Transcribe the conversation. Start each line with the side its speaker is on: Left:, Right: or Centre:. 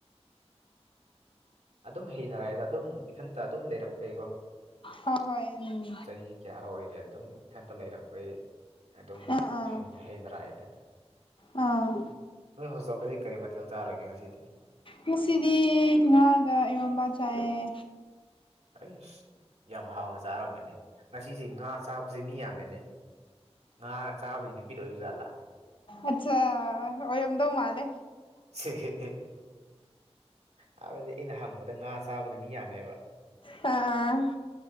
Right: ꯑꯗꯨꯝ ꯍꯩꯅꯔꯛꯑꯦꯗ ꯑꯗꯨꯝ ꯏꯊꯟꯇ ꯑꯗꯨꯝ ꯂꯩꯔꯛꯄꯩꯀꯣ
Left: ꯍꯣꯏ ꯍꯣꯏ ꯎꯝ
Right: ꯆꯍꯤ ꯀꯌꯥꯔ ꯑꯣꯏꯔꯦ ꯑꯗꯨꯝ ꯏꯊꯟꯇ ꯂꯩꯔꯛꯄꯩ ꯑꯗꯨꯝ
Left: ꯑꯥ ꯑꯥ
Right: ꯍꯩꯗꯔꯥꯑꯗ
Left: ꯑꯥ
Right: ꯅꯣꯏ ꯍꯣꯁꯇꯦꯜꯗꯗꯤ ꯀꯔꯤ ꯃꯊꯦꯜ ꯆꯥꯔꯒꯦ ꯉꯁꯤꯗꯤ
Left: ꯉꯁꯤꯗꯤ ꯉꯥꯒ ꯏꯔꯣꯝꯕ ꯆꯥꯏꯑꯌꯦ
Right: ꯑꯩꯁ ꯌꯥꯝ ꯍꯥꯎꯅ ꯆꯥꯔꯝꯕꯅꯦ ꯉꯁꯤꯁꯦ ꯉꯥ ꯆꯥꯕꯕꯖꯦ ꯃꯤ ꯌꯥꯝꯃꯦꯅꯦ ꯉꯥ ꯆꯥꯕꯒꯤ ꯅꯨꯃꯤꯠ ꯑꯣꯏꯕꯖꯥꯠꯂꯥ
Left: ꯑꯆꯥ ꯑꯣꯏꯔꯝꯗꯧ ꯃꯥꯜꯂꯦ
Right: ꯑꯍꯦ ꯍꯥꯏꯕꯗꯤ ꯑꯩꯅ ꯍꯪꯕꯗ ꯉꯥ ꯆꯥꯕꯖꯤ ꯃꯤ ꯌꯥꯝꯃꯦꯕ
Left: ꯑ ꯑ